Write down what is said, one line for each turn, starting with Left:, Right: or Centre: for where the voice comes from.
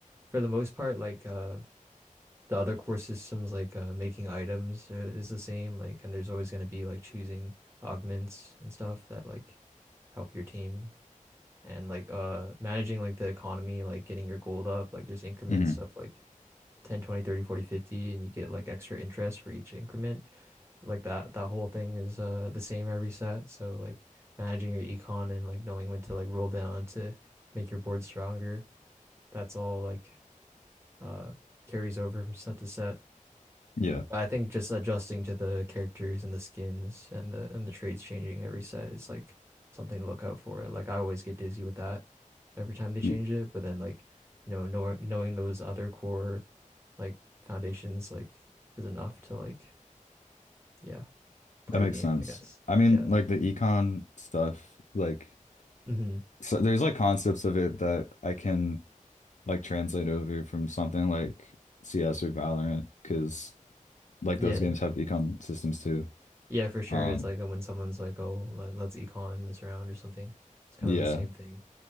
Right: for the most part, like uh, the other core systems, like uh, making items uh, is the same, like, and there's always gonna be like choosing augments and stuff that like help your team and like uh managing like the economy like getting your gold up like there's increments
Left: hmm
Right: of like ten twenty thirty forty fifty and you get like extra interest for each increment like that that whole thing is uh the same every set so like managing your econ and like knowing when to like roll down to make your board stronger that's all like uh carries over from set to set
Left: Yeah.
Right: But I think just adjusting to the characters and the skins and the and the trades changing every set is like something to look out for. Like I always get dizzy with that every time they
Left: Ye-
Right: change it, but then like, you know, knowing knowing those other core like foundations like is enough to like yeah, play
Left: That
Right: the
Left: makes
Right: game,
Left: sense.
Right: I guess.
Left: I mean
Right: Yeah.
Left: like the econ stuff, like
Right: hmm
Left: so there's like concepts of it that I can like translate over from something like CS or Valorant because like
Right: Yeah.
Left: those games have econ systems too.
Right: Yeah, for sure.
Left: Um,
Right: It's like when someone's like, "Oh, let- let's econ this round or something." It's kind
Left: yeah,
Right: of the same thing